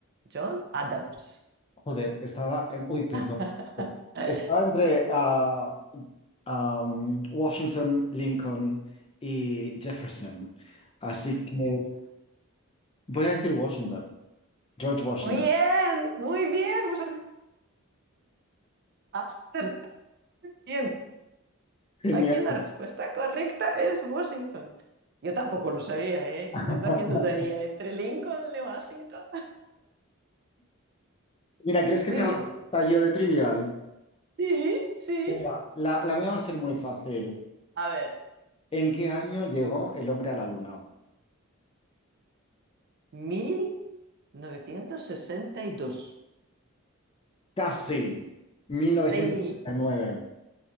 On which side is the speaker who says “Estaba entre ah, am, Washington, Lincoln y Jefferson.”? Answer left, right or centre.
Left